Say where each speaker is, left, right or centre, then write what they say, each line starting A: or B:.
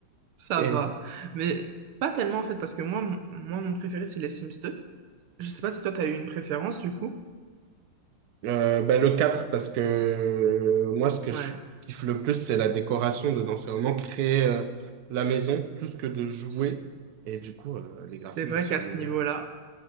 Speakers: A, on the right; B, on the right.
A: ça
B: Et
A: va. Mais pas tellement en fait, parce que moi, mon, moi, mon préféré, c'est les Sims deux. Je sais pas si toi, t'as eu une préférence du coup.
B: euh, bah, le 4 parce que euh, moi, ce que
A: Ouais.
B: je kiffe le plus, c'est la décoration dedans. C'est vraiment créer euh, la maison plus que de jouer.
A: C-
B: Et du coup, euh,
A: C'est
B: les graphismes
A: vrai
B: sont...
A: qu'à ce niveau-là,